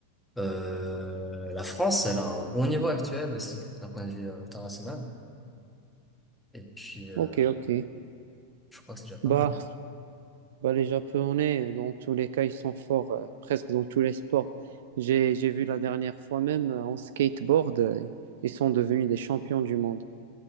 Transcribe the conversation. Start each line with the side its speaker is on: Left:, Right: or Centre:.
Centre: Euh, la France, elle a un bon niveau actuel aussi, d'un point de vue euh, international. Et puis, euh,
Right: Ok, ok.
Centre: je crois que c'est déjà pas
Right: Bah,
Centre: mal.
Right: bah, les Japonais, dans tous les cas, ils sont forts, euh, presque dans tous les sports. J'ai, j'ai vu la dernière fois même euh, en skateboard, euh, ils sont devenus des champions du monde.